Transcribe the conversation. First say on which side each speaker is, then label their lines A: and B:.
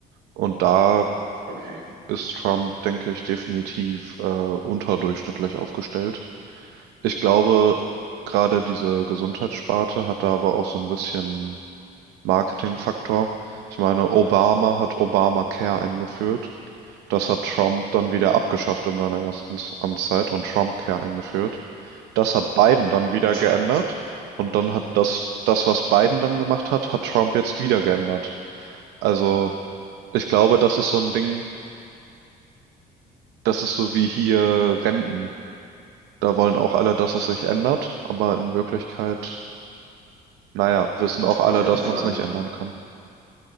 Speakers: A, on the right; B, on the right.
A: Und da
B: okay.
A: ist Trump, denke ich, definitiv äh, unterdurchschnittlich aufgestellt. Ich glaube, gerade diese Gesundheitssparte hat da aber auch so ein bisschen Marketingfaktor. Ich meine, Obama hat Obamacare eingeführt. Das hat Trump dann wieder
B: Hm,
A: abgeschafft in seiner ersten Amtszeit und Trumpcare eingeführt. Das hat Biden dann
B: in
A: wieder
B: der Tat.
A: geändert und dann hat das, das, was Biden dann gemacht hat, hat Trump jetzt wieder geändert. Also ich glaube, das ist so ein Ding, das ist so wie hier Renten. Da wollen auch alle, dass es sich ändert, aber in Wirklichkeit, naja, wissen auch
B: <laughs>
A: alle,
B: Auf jeden
A: dass
B: Fall.
A: man es nicht ändern kann.